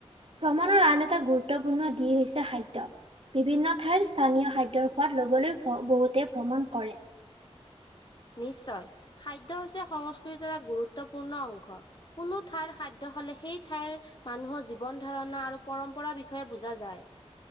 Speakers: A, on the right; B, on the left.
A: ভ্ৰমণৰ আন এটা গুৰুত্বপূৰ্ণ দি হৈছে খাদ্য। বিভিন্ন ঠাইৰ স্থানীয় খাদ্যৰ সোৱাদ লবলৈ বহুতে ভ্ৰমণ কৰে।
B: নিশ্চয় খাদ্য হৈছে সংস্কৃতিৰ এক গুৰুত্বপূৰ্ণ অংশ। কোনো ঠাইৰ খাদ্য খালে সেই ঠাইৰ মানুহৰ জীৱন-ধাৰণা আৰু পৰম্পৰা বিষয়ে বুজা যায়।